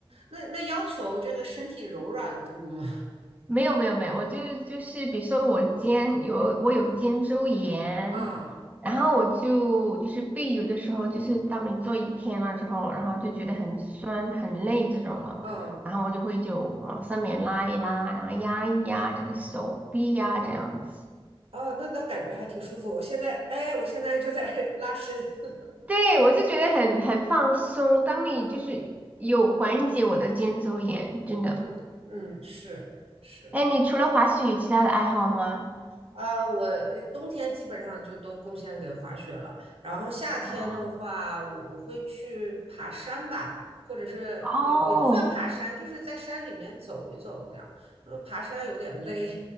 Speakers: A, on the right; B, on the right.
A: 那那要求这个身体柔软度吗？
B: 没有没有没有，我就就是比如说我肩有我有肩周炎，
A: <laughs> 啊
B: 然后我就就是背有的时候就是当你做一天了之后，然后就觉得很酸很累这种了，
A: 嗯
B: 然后我就会就往上面拉一拉，然后压一压这个手臂呀、
A: 嗯。
B: 这样子，
A: 哦，那那感觉还挺舒服。我现在，哎，我现在就在 <laughs> 拉伸。<laughs>
B: 对我就觉得很很放松。当你就是有缓解我的肩周炎，
A: 嗯
B: 真的。
A: 嗯嗯，是是
B: 哎，你除了滑雪有其他的爱好吗？
A: 啊，我呃冬天基本上就都贡献给滑雪了，然后夏天的话，
B: 哦
A: 我我会去爬山吧，或者是也也不算爬山，
B: 哦，
A: 就是在山里面走一走那样。呃，爬山有点累。